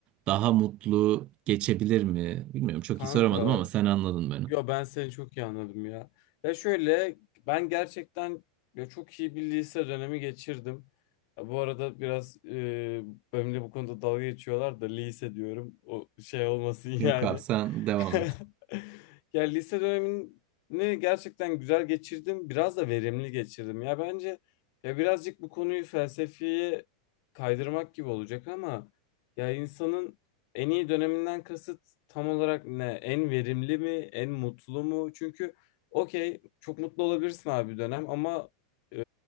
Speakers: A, on the right (about 35°); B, on the left (about 50°).
A: daha mutlu geçebilir mi? Bilmiyorum çok
B: Kanka,
A: iyi soramadım ama sen anladın beni.
B: yo ben seni çok iyi anladım ya. Ya şöyle, ben gerçekten ya çok iyi bir lise dönemi geçirdim. Ya bu arada biraz e, benimle bu konuda dalga geçiyorlar da lise diyorum. O şey olmasın <laughs>
A: Yok
B: yani.
A: abi sen devam
B: <laughs>
A: et.
B: Ya lise dönemini gerçekten güzel geçirdim. Biraz da verimli geçirdim. Ya bence ya birazcık bu konuyu felsefeye kaydırmak gibi olacak ama ya insanın en iyi döneminden kasıt tam olarak ne? En verimli mi? En mutlu mu? Çünkü okey çok mutlu olabilirsin abi bir dönem ama e,